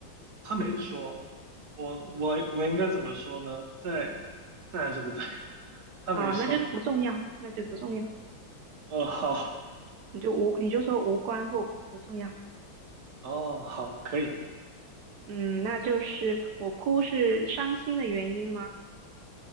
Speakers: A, on the right; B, on the right.
A: 他没说，我我我应该怎么说呢？在在还是不在？<laughs> 他没说。
B: 哦，那就是不重要，那就不重要，
A: 呃，好。
B: 你就无你就说无关或不不重要。
A: 哦，好，可以，
B: 嗯，那就是我哭是伤心的原因吗？